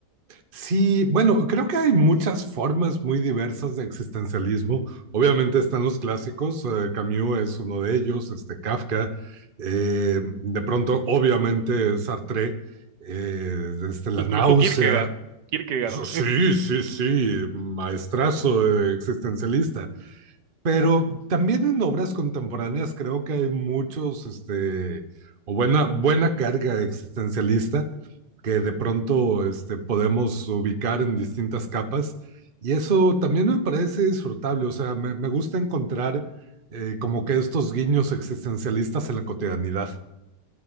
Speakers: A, on the right; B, on the right.
A: Sí, bueno, creo que hay muchas formas muy diversas de existencialismo. Obviamente están los clásicos, eh, Camus es uno de ellos, este Kafka, eh, de pronto, obviamente, Sartre, eh, este, la
B: incluso
A: náusea.
B: Kierkegaard, Kierkegaard.
A: Sí,
B: <laughs>
A: sí, sí, maestrazo eh, existencialista. Pero también en obras contemporáneas creo que hay muchos, este, o buena, buena carga existencialista que de pronto este, podemos ubicar en distintas capas. Y eso también me parece disfrutable, o sea, me, me gusta encontrar eh, como que estos guiños existencialistas en la cotidianidad.